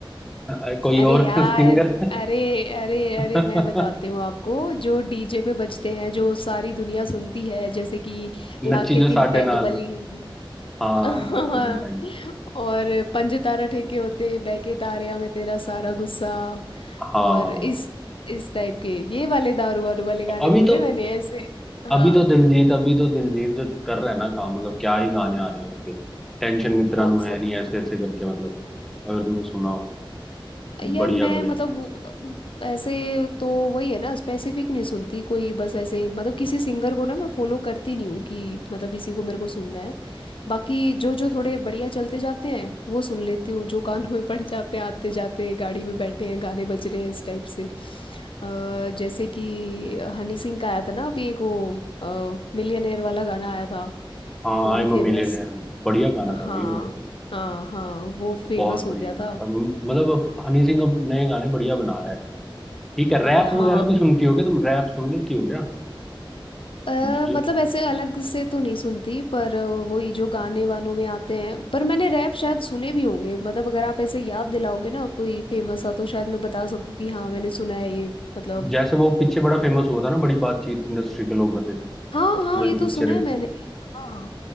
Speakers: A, in the centre; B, on the left (about 70°).
A: अ, कोई
B: अरे
A: और
B: यार
A: <laughs> सिंगर
B: अरे अरे
A: न,
B: अरे मैं बताती हूँ आपको जो डीजे पे बजते हैं जो सारी दुनिया सुनती है जैसे कि लाके
A: नच्ची जो
B: तीन
A: साडे
B: पैग
A: नाल
B: बली
A: हाँ
B: <laughs>
A: नाच के दिल पै गई
B: और पंज तारा ठेके होते बहके तारया मैं तेरा सारा गुस्सा
A: हाँ
B: और इस इस टाइप के ये वाले दारू वारू वाले गाने
A: अभी
B: बोले
A: तो
B: मैंने ऐसे हाँ
A: अभी तो दिलजीत अभी तो दिलजीत जो कर रहा है ना काम मतलब क्या ही गाने आ रहे हैं उसके टेंशन मित्रा
B: कौन
A: नु है
B: सा
A: नहीं ऐसे ऐसे करके मतलब अगर तुमने सुना हो
B: यार
A: बढ़िया
B: मैं
A: बढ़िया
B: मतलब वो- ऐसे तो वही है ना स्पेसिफिक नहीं सुनती कोई बस ऐसे मतलब किसी सिंगर को ना मैं फॉलो करती नहीं हूँ कि मतलब इसी को मेरे को सुनना है बाकी जो जो थोड़े बढ़िया चलते जाते हैं वो सुन लेती हूँ जो कान में पड़ जाते हैं आते जाते गाड़ी में बैठे हैं गाने बज रहे हैं इस टाइप से अ, जैसे कि हनी सिंह का आया था ना अभी एक वो मिलियनेयर वाला गाना आया था
A: हाँ
B: वो भी
A: आई एम
B: फेमस
A: मिलियनेयर बढ़िया गाना
B: हाँ
A: था भाई वो
B: हाँ हाँ वो फेमस
A: बहुत बढ़िया
B: हो गया
A: गाना
B: था
A: था म- मतलब अब हनी सिंह अब नए गाने बढ़िया बना रहा है ठीक है रैप वगैरह
B: हाँ
A: भी सुनती हो क्या तुम रैप सुन लेती हो क्या
B: अ
A: जो
B: मतलब ऐसे अलग से तो नहीं सुनती पर अ, वही जो गाने वानों में आते हैं पर मैंने रैप शायद सुने भी होंगे मतलब अगर आप ऐसे याद दिलाओगे ना कोई फेमस सा तो शायद मैं बता सकूं कि हाँ मैंने सुना है ये मतलब
A: जैसे वो पीछे बड़ा फेमस हुआ था ना बड़ी बातचीत इंडस्ट्री के लोगों से वो
B: हाँ हाँ
A: वाली
B: ये
A: पिक्चर
B: तो सुना
A: है
B: है मैंने हाँ